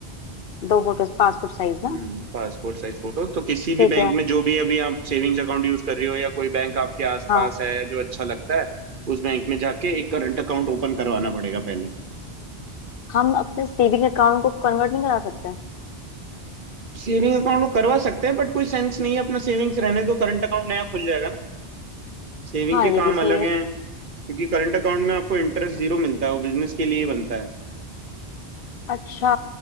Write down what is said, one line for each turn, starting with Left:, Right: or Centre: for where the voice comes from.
Left: दो फोटोज पासपोर्ट साइज ना
Right: हम्म पासपोर्ट साइज फोटोज तो किसी भी
Left: ठीक
Right: बैंक
Left: है
Right: में जो भी अभी आप सेविंग्स अकाउंट यूज कर रही हो या कोई बैंक आपके आसपास
Left: हाँ
Right: है जो अच्छा लगता है उस बैंक में जाके एक करंट अकाउंट ओपन करवाना पड़ेगा पहले
Left: हम अपने सेविंग अकाउंट को कन्वर्ट नहीं करा सकते
Right: सेविंग अकाउंट को करवा सकते हैं बट कोई सेंस नहीं है अपना सेविंग्स रहने दो करंट अकाउंट नया खुल जाएगा ना सेविंग
Left: हाँ
Right: के
Left: ये
Right: काम
Left: भी सही
Right: अलग
Left: है
Right: हैं क्योंकि करंट अकाउंट में आपको इंटरेस्ट जीरो मिलता है वो बिजनेस के लिए ही बनता है
Left: अच्छा